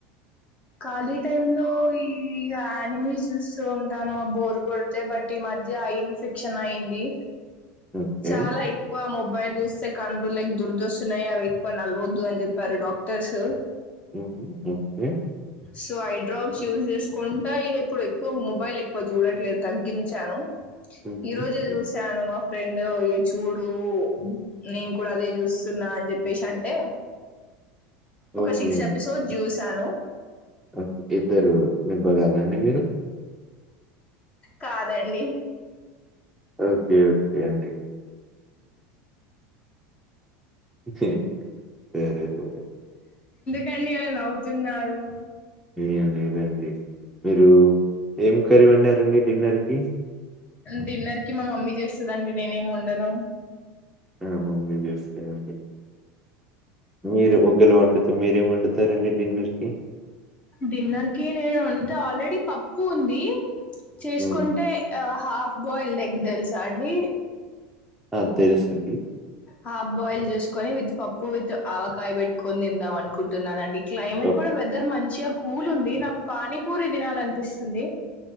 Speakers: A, on the left; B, in the centre.
A: ఖాళీ టైంలో ఈ గా అనిమిస్ చూస్తూ ఉంటాను. ఆ బోరు కొడితే, బట్ ఈ మధ్య ఐ ఇన్ఫెక్షన్ అయింది.
B: ఓకే.
A: చాలా ఎక్కువ మొబైల్ చూస్తే కండ్లు లైక్ దురదొస్తున్నాయి. అవేక్కువ నలవద్దు అని చెప్పారు డాక్టర్స్.
B: <unintelligible>
A: సో ఐడ్రాప్స్ యూస్ చేసుకుంటా, ఇగ ఇప్పుడు ఎక్కువ మొబైల్ ఎక్కువ చూడట్లేదు. తగ్గించాను
B: హుహు.
A: ఈ రోజే చూసాను మా ఫ్రెండ్ ఇ చూడు నేన్ కూడా అదే చూస్తున్నా అని చెప్పేసి అంటే. ఒక
B: ఓకే.
A: సిక్స్
B: అండి.
A: ఎపిసోడ్ జ్యూస్ చను
B: ఓకే. ఇద్దరు నిబ్బగల్లండి మీరు
A: కాదండి
B: ఓకే ఓకే అండి వేర్ <unintelligible>
A: కండీ అలా నవ్వుతున్నారు
B: ఏంలేదండి మీర్ మీరు ఏం కర్రీ వండరండి డిన్నర్ కి
A: డిన్నర్ కి మా మమ్మీ చేస్తుందండి నేనేఏం బండను
B: ఆ మమ్మీ చూస్తేయండి మీరు ఒకళ వండుత మీరేం వండుతారండి డిన్నర్కి
A: డిన్నర్ కి నేను ఉండి ఆల్రెడీ పప్పు ఉంది చేసుకుంటే
B: హ్మ్.
A: ఆ హాఫ్ బాయిల్డ్ ఎగ్ తెలుసా అండి
B: అ తెలుసుండి
A: హాఫ్ బాయిల్ చేసుకొని విత్ పప్పు విత్ ఆవకాయ పెట్టుకొని తిందాం అనుకుంటున్నానండి క్లమేట్
B: పప్
A: కూడా వెదర్ మంత మచ్చగా కూల్ ఉంది నాకు పానీపూరి తినాలనిపిస్తుంది